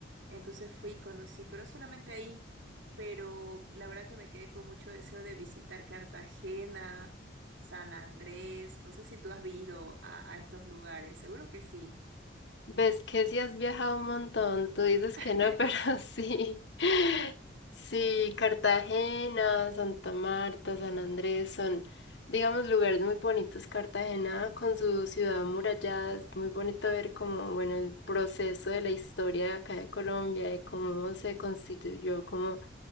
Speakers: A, on the right; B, on the left.
A: entonces fui y conocí, pero solamente ahí, pero la verdad que me quedé con mucho deseo de visitar Cartagena, San Andrés, no sé si tú has ido a a estos lugares, seguro que sí.
B: Ves que sí has viajado un montón, tú dices
A: <laughs>
B: que no, <laughs> pero sí. Sí, Cartagena, Santa Marta, San Andrés son, digamos, lugares muy bonitos. Cartagena con su ciudad amurallada es muy bonito ver como, bueno, el proceso de la historia de acá de Colombia de cómo se constituyó como